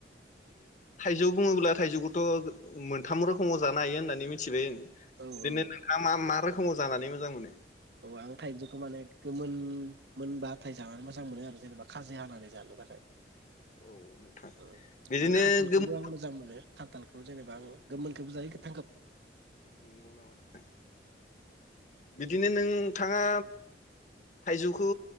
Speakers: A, on the left; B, on the right.
A: जौ बुङोब्ला थाइजौखौथ' मोनथाम रोखोमाव जानो हायो होननानै मिथिबाय आं
B: औ
A: बिदिनो
B: औ
A: नोंथाङा मा मा रोखो फुङाव जानानै मोजां मोनो?
B: अ आं थाइजौखौ माने गोमोन मोनबाथाय जानानै मोजां मोनो आरो जेनेबा खाजि हानानै जानो थाखाय
A: औ नोंथां
B: उम
A: बिदिनो
B: आरो खान्थालखौबो
A: गोमो
B: आं मोजां मोनो खान्थालखौ जेनेबा
A: औ
B: आङो गोमोनखौबो जायो गो
A: नंगौ नामा नोंथां? बिदिनो नोंथाङा थाइजौखौ